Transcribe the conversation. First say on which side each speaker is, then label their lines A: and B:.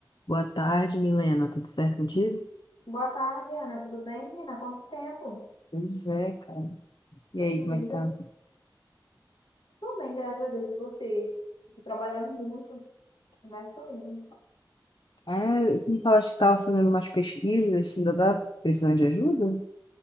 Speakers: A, on the left; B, on the left.
A: Boa tarde, Milena. Tudo certo contigo?
B: Boa tarde, Ana. Tudo bem, menina? Quanto tempo?
A: Pois é, cara. E
B: Tá
A: aí,
B: sumida.
A: como é que tá?
B: Tudo bem, graças a Deus. E você? Tô trabalhando muito, mas tô indo.
A: Ah, tu me falaste que tava fazendo umas pesquisas, ainda tá precisando de ajuda?